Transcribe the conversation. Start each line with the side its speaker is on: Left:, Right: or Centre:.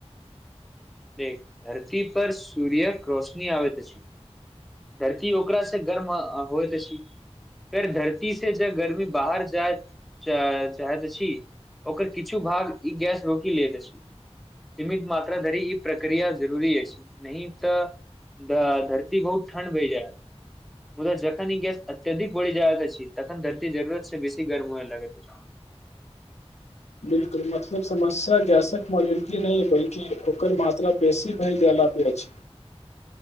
Centre: देख धरती पर सूर्यक रोशनी आबैत अछि। धरती ओकरा से गर्म आ- होइत अछि फेर धरती से जब गर्मी बाहर जाएत जाए जाएत अछि ओकर किछु भाग ई गैस रोकि लैत अछि सीमित मात्रा धरि ई प्रक्रिया जरूरी अछि नहि तऽ आ- धरती बहुत ठण्ड भइ जाएत मुदा जखन ई गैस अत्यधिक बढ़ जाएत अछि तखन धरती जरुरत स बेसी गरम होइ लागैत अछि
Left: बिल्कुल मतलब समस्या गैसक मोलेंटी नहि बल्कि ओकर मात्रा बेसी भए गेला पे अछि।